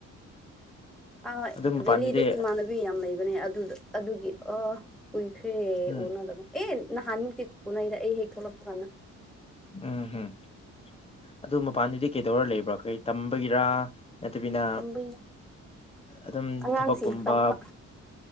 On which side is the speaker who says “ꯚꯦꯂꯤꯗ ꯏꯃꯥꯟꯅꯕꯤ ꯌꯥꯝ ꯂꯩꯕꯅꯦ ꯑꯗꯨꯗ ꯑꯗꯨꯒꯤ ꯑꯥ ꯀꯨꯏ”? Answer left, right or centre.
Centre